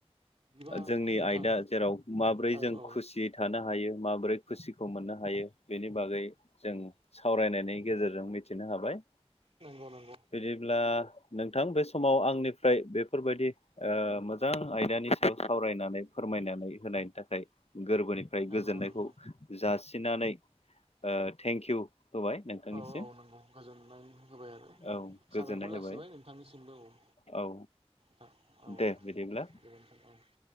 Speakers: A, on the right; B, on the left.
A: बिदिबा
B: जोंनि
A: नोंथां
B: आयदा जेराव माबोरै
A: औ
B: जों
A: औ
B: खुसि थानो हायो माबोरै खुसिखौ मोननो हायो बेनि बागै जों सावरायनायनि गेजेरजों मिथिनो हाबाय
A: नंगौ नंगौ
B: बिदिब्ला नोंथां बे समाव आंनिफ्राय बेफोरबायदि ओ मोजां आयदानि सायाव सावरायनानै फोरमायनानै होनायनि थाखाय गोरबोनि फ्राय
A: नंगौ
B: गोजोननायखौ
A: नंगौ
B: जासिनानै ओ थेंक इउ होबाय नोंथांनिसिम
A: औ औ नंगौ गोजोननाय होबाय आरो
B: औ गोजोननाय
A: साबायखर जासिबाय
B: होबाय
A: नोंथांनिसिमबो औ।
B: औ
A: ओ औ
B: दे बिदिब्ला
A: गोजोन्थों औ।